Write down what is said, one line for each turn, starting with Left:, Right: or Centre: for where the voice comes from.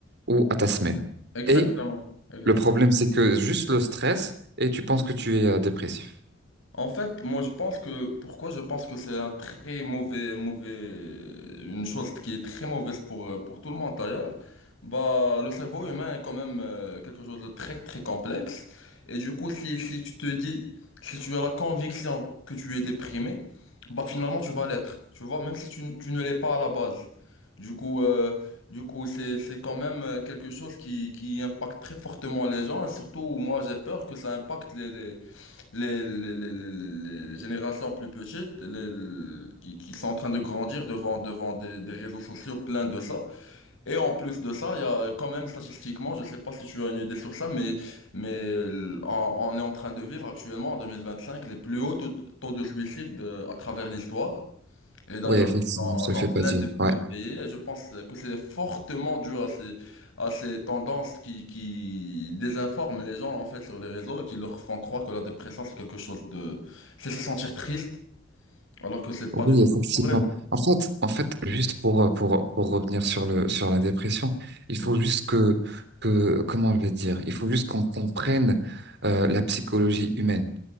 Right: ou à ta semaine.
Left: Exactement.
Right: Et
Left: Exactement.
Right: le problème, c'est que juste le stress, et tu penses que tu es euh, dépressif.
Left: En fait, moi je pense que pourquoi je pense que c'est un très mauvais mauvais une chose qui est très mauvaise pour euh, pour tout le monde d'ailleurs. Bah le cerveau humain est quand même euh, quelque chose de très très complexe et du coup si si tu te dis si tu as la conviction que tu es déprimé, bah finalement tu vas l'être. Tu vois, même si tu, n- tu ne l'es pas à la base. Du coup euh, du coup c'est c'est quand même euh, quelque chose qui qui impacte très fortement les gens et surtout moi j'ai peur que ça impacte les, les, les- les- les- les générations plus petites les- les- qui, qui sont en train de grandir devant, devant des, des réseaux sociaux pleins de ça. Et en plus de ça, il y a quand même statistiquement, je sais pas si tu as une idée sur ça, mais, mais euh, on, on est en train de vivre actuellement en 2025 les plus hauts taux, taux de suicide euh, à travers l'histoire. Et d'ailleurs,
Right: Oui, effectivement,
Left: dans,
Right: je te
Left: dans
Right: le fais
Left: plein
Right: pas dire.
Left: de, de
Right: Ouais.
Left: pays, et je pense que c'est fortement dû à ces, à ces tendances qui, qui désinforment les gens en fait sur les réseaux et qui leur font croire que la dépression c'est quelque chose de... C'est se sentir triste, alors que c'est
Right: Oui,
Left: pas du tout
Right: effectivement.
Left: vrai.
Right: En fait, en fait, juste pour, euh, pour, pour revenir sur le, sur la dépression, il
Left: Ouais,
Right: faut juste que, que, comment je vais dire, il faut juste qu'on comprenne euh, la psychologie humaine.